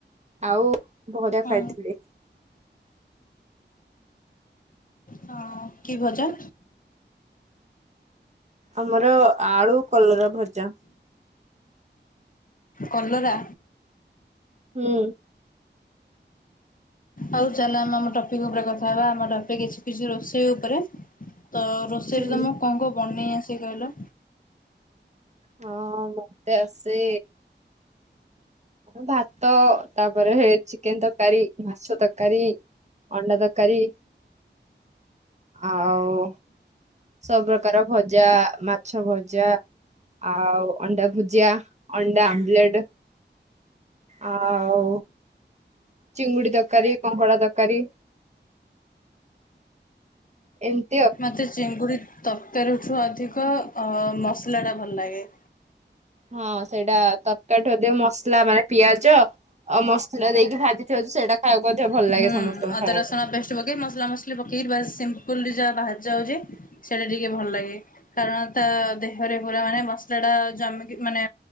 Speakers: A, on the right; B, on the left.
A: ଆଉ ବରା
B: ହଁ
A: ଖାଇଥିଲି।
B: ହଁ କି ଭଜା?
A: ଆମର ଆଳୁ କଲର ଭଜା।
B: କଲରା।
A: ହୁଁ ଉଁ
B: ଆଉ ଚାଲ ଆମେ ଆମ ଟପିକ ଉପରେ କଥା ହବା ଆମ ଟପିକ କିଛି ରୋଷେଇ ଉପରେ ତ ରୋଷେଇ
A: ହୁଁ।
B: ରେ ତମକୁ କଣ କଣ ବନେଇ ଆସ କହିଲ
A: ହଁ ମତେ ଆସେ। ଭାତ ତାପରେ ଚିକେନ ତରକାରୀ, ମାଛ ତରକାରୀ। ଅଣ୍ଡା ତରକାରି ଆଉ ସବୁପକାର ଭଜା ମାଛ ଭଜା ଆଉ ଅଣ୍ଡା ଭୁଜିଆ ଅଣ୍ଡା ଆମଲେଟ ଆଉ ଚିଙ୍ଗୁଡି ତରକାରୀ କଙ୍କଡା ତରକାରୀ ଏମ
B: ମୋତେ ଚିଙ୍ଗୁଡି ତରକାରୀଠୁ ଅଧିକ ଅ ମସଲା ଟା ଭଲ ଲାଗେ
A: ହଁ ସେଇଟା ତରକାରୀ ଠୁ ମସଲା ମାନେ ପିଆଜ ଓ ମସଲା ଦେଇକି ଭାଜିଥାଉଛୁ ସେଇଟା ଖାଇବାକୁ ମଧ୍ୟ ଭଲ
B: ହୁଁ
A: ଲାଗେ ସମସ୍ତଙ୍କୁ
B: ଅଦା
A: ଖାଇବାକୁ
B: ରସୁଣ ପେଷ୍ଟ ପକେଇ ମସଲା ମସଲି ପକେଇ ବାସ ସିମ୍ପଲରେ ଯାହା ବାହାରି ଯାଉଛି ସେଇଟା ଟିକେ ଭଲ ଲାଗେ କାରଣ ତା ଦେହରେ ପୁରା ମାନେ ମସଲା ଟା ଜମିକି ମାନେ